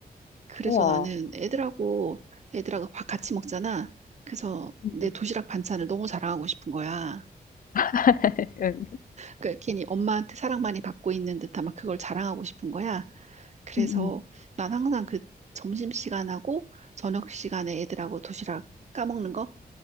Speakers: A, on the right (about 45°); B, on the left (about 55°).
A: 그래서
B: 우와.
A: 나는 애들하고 애들하고 밥 같이 먹잖아. 그래서
B: 응,
A: 내
B: 응,
A: 도시락 반찬을 너무 자랑하고 싶은 거야.
B: <laughs> 응.
A: 그러니까 괜히 엄마한테 사랑 많이 받고 있는 듯한 막 그걸 자랑하고 싶은 거야. 그래서
B: 음,
A: 난 항상 그 점심 시간하고 저녁 시간에 애들하고 도시락 까먹는 거?